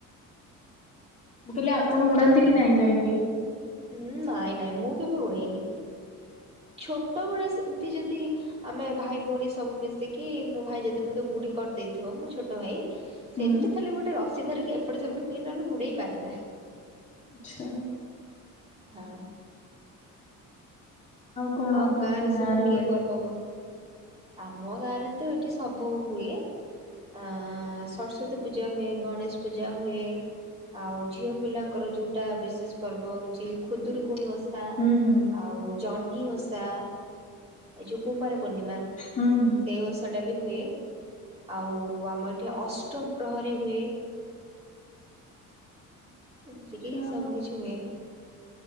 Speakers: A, on the left; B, on the right.
A: ମୁଁ କହିଲି ଆପଣ ଉଡାନ୍ତି କି ନାଇ ଯାଇକି?
B: ଉ ନାଇଁ ନାଇଁ ମୁଁ କେବେ ଉଡେଇନି ଛୋଟବେଳେ ସେମିତି ଯଦି ଆମେ ଭାଇ ଭଉଣୀ ସବୁ ମିଶିକି ମୋ ଭାଇ ଯଦି ମତେ ଗୁଡି କରିଦେଇଥିବ ମୋ ଛୋଟ ଭାଇ
A: ହୁଁ।
B: ସେମିତି ଖାଲି ଗୋଟେ ରସିି ଧରିକି ଏପଟ ସେପଟ ହୁଏ ନହେଲେ ଉଡେଇ ପାରେ ନା।
A: ଆଚ୍ଛା।
B: ହଁ।
A: କଣ
B: ଆଉ
A: ଆପଣଙ୍କ
B: ଗାଁ ରେ ସବୁ
A: ଗାଁରେ
B: କିଏ
A: ହୁଏ?
B: ପର୍ବ ପ ଆମ ଗାଁ ରେ ତ ଏଠି ସବୁ ହୁଏ। ଆ ସରସ୍ଵତୀ ପୂଜା ହୁଏ, ଗଣେଶ ପୂଜା ହୁଏ। ଆଉ ଝିଅ ପିଲାଙ୍କର ଯୋଉଟା ବିଶେଷ ପର୍ବ ହଉଛି ଖୁଦରୁକୁୁଣି ଓସା
A: ହୁଁ ହୁଁ
B: ଆଉ ଜହ୍ନି ଓଷା, ଏ ଯଉ କୁମାର ପୂର୍ଣ୍ଣିମା।
A: ହୁଁ ହୁଁ।
B: ସେ ଓଷଟା ବି ହୁଏ, ଆଉ ଆମ ଏଠି ଅଷ୍ଟମ ପ୍ରହରୀ ହୁଏ। ଏମିତିକି
A: ଆଚ୍ଛା
B: ସବୁ କିିଛି ହୁଏ।